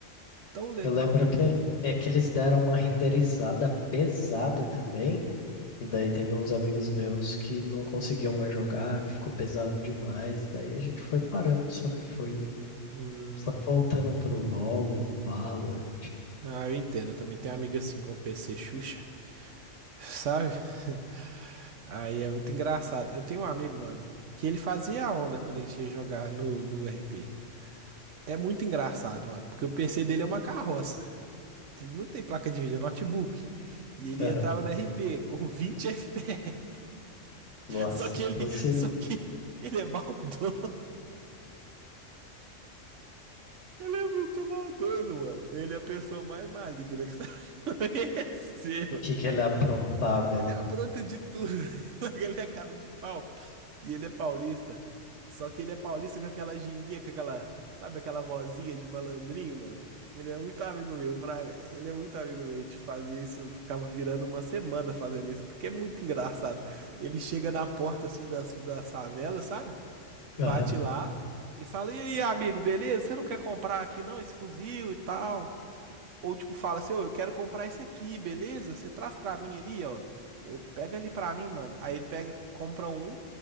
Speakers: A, on the right; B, on the left.
A: tão legal.
B: Eu lembro que, el- é que eles deram uma renderizada pesada também, e daí teve uns amigos meus que não conseguiam mais jogar, que ficou pesado demais, e daí a gente foi parando, sabe? Foi,
A: Hum,
B: foi voltando pro LoL, Valorant.
A: ah, eu entendo, eu também tenho amiga assim com PC Xuxa, sabe? <laughs> Aí é muito engraçado. Eu tenho um amigo, mano, que ele fazia a onda quando a gente ia jogar no, no RP. É muito engraçado, mano, porque o PC dele é uma carroça. Ele não tem placa de vídeo, é notebook. E ele
B: Aham.
A: entrava no RP com <laughs> 20 FPS.
B: Nossa,
A: Só que
B: impossível.
A: ele, só que
B: O
A: ele é maldoso. Ele é muito maldoso, mano. Ele é a pessoa mais maligna que você <laughs> vai conhecer,
B: que que ele aprontava
A: Ele
B: lá?
A: apronta de tudo. <laughs> Só que ele é cara de pau. E ele é paulista. Só que ele é paulista com aquela ginguinha, com aquela, sabe, aquela vozinha de malandrinho, mano. Ele é muito amigo meu, Fraga. Ele é muito amigo meu. A gente fazia isso, ficava virando uma semana fazendo isso, porque é muito engraçado. Ele chega na porta assim das, das favelas, sabe? Bate
B: Aham.
A: lá e fala: E aí, amigo, beleza? Você não quer comprar aqui não esse fuzil e tal? Ou tipo, fala assim, ô, eu quero comprar isso aqui, beleza? Você traz pra mim ali, ó. Eu pega ali pra mim, mano. Aí ele pega, compra um,